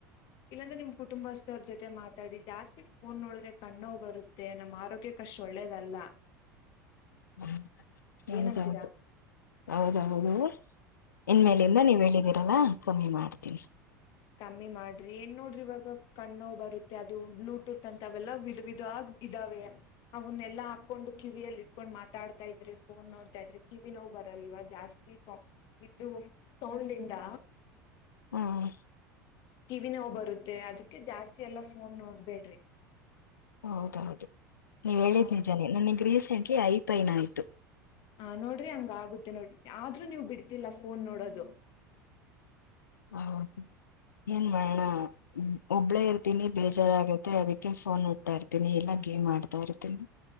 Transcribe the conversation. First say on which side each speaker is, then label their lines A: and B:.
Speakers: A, on the left; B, on the left.
A: ಇಲ್ಲಾಂದ್ರೆ ನಿಮ್ ಕುಟುಂಬಸ್ಥರ ಜೊತೆ ಮಾತಾಡಿ ಜಾಸ್ತಿ ಫೋನ್ ನೋಡ್ರೆ ಕಣ್ಣೋಗ್ ಬರುತ್ತೆ ನಮ್ಮ ಆರೋಗ್ಯ ಕಷ್ಟ ಒಳ್ಳೇದಲ್ಲ
B: ಹ ಹೌದೌದು
A: ಏನಂತೀರಾ
B: ಹೌದೌ ಹೌದು ಇನ್
A: ಹ್ಮ್
B: ಮೇಲಿಂದ ನೀವ್ ಹೇಳಿದ್ದೀರಿ ಲ್ಲ ಕಮ್ಮಿ ಮಾಡ್ತೀವಿ
A: ಕಮ್ಮಿ ಮಾಡ್ರಿ ಏನ್ ನೋಡ್ರಿ ಇವಾಗ ಕಣ್ ನೋವು್ ಬರುತ್ತೆ ಅದು ಬ್ಲೂಟೂತ್ ಅಂತ ಅವೆಲ್ಲಾ ವಿಧ ವಿಿದ ಆಗ ಇದಾವೆ ಅವನ್ನೆಲ್ಲಾ ಹಾಕೊಂಡು ಕಿವಿಯಲ್ಲಿ ಇಟ್ಕೊಂಡ್ ಮಾತಾಡ್ತಾ ಇದ್ರಿ ಫೋನ್ ನೋಡ್ತಾ ಇದ್ರಿ ಕಿವಿ ನೋವು ಬರಲ್ವ ಜಾಸ್ತಿ ಸ್ ಇದು ಸೌಂಡ್ಿಂದ
B: ಹ್ಮ್
A: ಟಿವ ನೋವು ಬರುತ್ತೆ ಅದಕ್ಕೆ ಜಾಸ್ತಿ ಎಲ್ಲ ಫೋನ್ ನೋಡ್ಬೇಡ್ರಿ
B: ಹೌದೌದು ನೀವ ಹೇಳಿದ್
A: ಹ
B: ನಿಜಾನನೆ ನನಗ್ ರೀಸೆಂಟ್ ಐ ಪೈನ ಆಯ್ತು
A: ಹ ನೋಡ್ರಿ ಹಂಗ ಆಗುತ್ತೆ ನೋಡ ಆದ್ರೂ ನೀವು್ ಬಿಡ್ತಿಲ್ಲ ಫೋನ್ ನೋಡೋದು
B: ಹೌದು ಏನ್ ಮಾಡಣ ಒಬ್ಳೇ ಇರ್ತೀನಿ ಬೇಜಾರಾಗುತ್ತೆ ಅದಕ್ಕೆ ಫೋನ್ ನಡ್ತಾ ಇರ್ತೀನಿ ಎಲ್ಲ ಗೇಮ್ ಆಡ್ತಾ ಇರ್ತೀನಿ